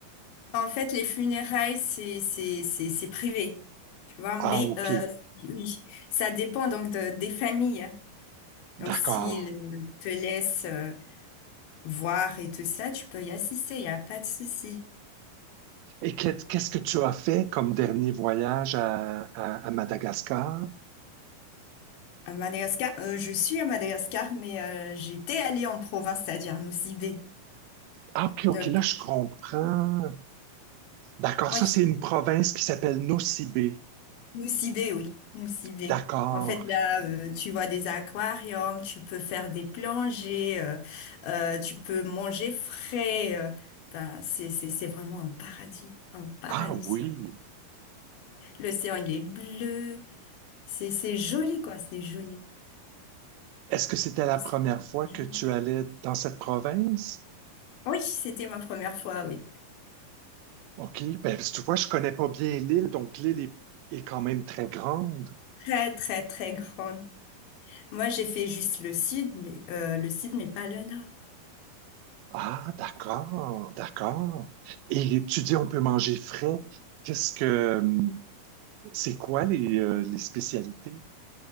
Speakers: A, on the left (about 80°); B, on the right (about 85°).
A: En fait, les funérailles, c'est, c'est, c'est, c'est privé, tu vois.
B: Ah,
A: Mais
B: OK,
A: euh, oui, ça dépend donc de- des familles. hein.
B: d'accord.
A: Donc, s'ils te laissent euh, voir et tout ça, tu peux y assister, il n'y a pas de souci.
B: Et qu'est- qu'est-ce que tu as fait comme dernier voyage à, à- à Madagascar?
A: À Madagascar, euh, je suis à Madagascar, mais euh, j'étais allée en province, c'est-à-dire à Nosy Be.
B: Ah, OK, OK,
A: Donc,
B: là, je comprends. D'accord,
A: oui.
B: ça, c'est une province qui s'appelle Nocibé.
A: Moussibé, oui, Moussibé.
B: D'accord.
A: En fait, là, euh, tu vois des aquariums, tu peux faire des plongées, euh, euh, tu peux manger frais. euh, ben, c'est, c'est, c'est vraiment un paradis, un paradis
B: Ah oui.
A: sur Terre. L'océan, il est bleu. C'est, c'est joli, quoi, c'est joli.
B: Est-ce que c'était la
A: Je
B: première
A: sais- que
B: fois
A: c'est
B: que
A: joli.
B: tu allais dans cette province?
A: Oui, c'était ma première fois, oui.
B: OK. Ben, tu vois, je connais pas bien l'île, donc l'île est, est quand même très grande.
A: Très, très, très grande. Moi, j'ai fait juste le sud, mais euh, le sud, mais pas le nord.
B: Ah, d'accord, d'accord. Et tu dis on peut manger frais. Qu'est-ce que hum, c'est quoi les, euh, les spécialités?